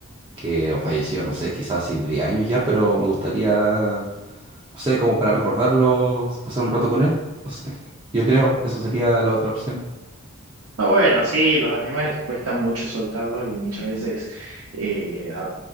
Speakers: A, on the right; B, on the right.
A: que falleció, no sé, quizás hace 10 años ya, pero me gustaría, no sé, como para recordarlo, pasar un rato con él. No sé, <laughs> yo creo, eso sería la otra opción.
B: Ah, bueno, sí, los animales cuesta mucho soltarlos y muchas veces eh, a-